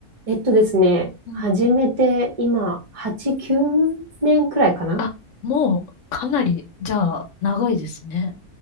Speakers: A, on the right; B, on the left.
A: えっとですね、
B: うん。
A: 始めて今、8、9年くらいかな
B: あ、もう、かなり、じゃあ、長いですね。